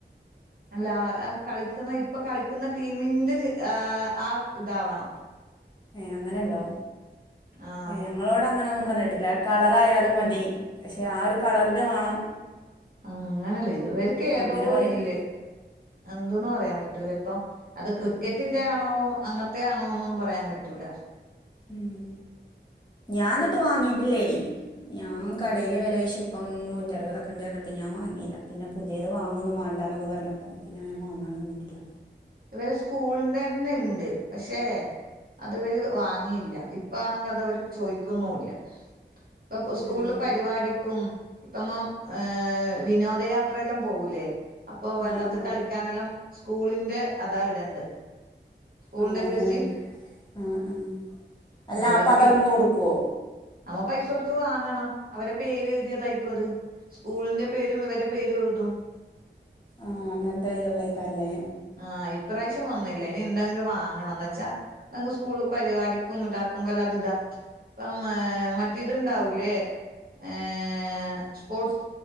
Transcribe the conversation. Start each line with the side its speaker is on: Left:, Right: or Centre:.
Right: അല്ല ആ കളിക്ക്ന്ന ഇപ്പൊ കളിക്ക്ന്ന ടീമിന്റെ ജെ ആ ആ ഇതാവണം
Left: ഏഹ് അങ്ങനെണ്ടോ
Right: ആഹ്
Left: ഏഹ് അ ങ്ങളോട് അങ്ങനൊന്നും പർഞ്ഞിട്ടില്ല കളറായാലും മതി പക്ഷെ ആ ഒരു കളറില് വാണം
Right: അങ്ങനെല്ലേ ഇവര്ക്ക് ഏതോ
Left: അങ്ങനെ പറഞ്ഞു
Right: ഇല്ല് എന്തൂന്ന് പറയാൻ പറ്റൂലിപ്പൊ അത് ക്രിക്കറ്റിന്റെ
Left: ഉം
Right: അ ണോ അങ്ങൻത്ത്യാണോ ന്നൊന്നും പറയാൻ പറ്റൂല.
Left: ഉം ഞാൻ ന്ന്ട്ട് വാങ്ങിട്ടില്ലേനി ഞാൻ കടേല് വെലോയ്ച്ചപ്പം നൂറ്ററുപതൊക്കെണ്ടർഞ്ഞപ്പോ ഞാൻ വാങ്ങില്ല പിന്ന പുതിയത് വാങ്ങൊന്നു വാണ്ടന്നൊക്കെ പർഞ്ഞപ്പം പിന്നെ ഞാൻ വാങ്ങാൻ നിന്നിട്ടില്ല.
Right: ഇവരെ സ്കൂൾന്റെ ന്നെണ്ട് പക്ഷേ അത് ഇവര് വാങ്ങിയില്ല ഇപ്പാണെങ്കി അതവ ര് ചോയിക്കുന്നുല്ല ഇപ്പൊ പ്പൊ സ്കൂളില്
Left: ഉം ഉം
Right: പരിപാടിക്കും ഇപ്പൊ മം ഏ വിനോദയാത്രയെല്ലം പോവൂലേ അപ്പൊ
Left: ഉം
Right: വെള്ളത്തി കളിക്കാനെല്ലം സ്കൂളിന്റെ അതാ ഇതണ്ട് സ്കൂളിന്റെ
Left: ആഹ് അങ്ങനെ
Right: ജേഴ്സി
Left: ആഹ് ആഹ് അല്ല
Right: ആ ഇവരിക്കില്ല
Left: അപ്പൊ അത് അവിടുന്ന് കൊടുക്കുവോ
Right: അപ്പൊ പൈസ കൊടുത്ത് വാങ്ങണം അവരെ പേര് ഇതീ തൈക്കു അത് സ്കൂളിന്റെ പേരും ഇവരെ പേരും എഴുതും
Left: ആ അങ്ങനത്തെ ഇള്ളെയ്ക്കാരല്ലേ
Right: ആ ഇപ്രാവശ്യം വന്നില്ല ഇനി ഇണ്ടെങ്കി വാങ്ങണംന്ന് വെച്ചാ ന്തങ്കു സ്കൂള പരിപാടിക്കും ഇതാക്കുമ്പോല്ലാം അത് താക്കി ഇപ്പ ഏ മറ്റേത്ണ്ടാവൂലേ ഏ സ്പോർട്സ്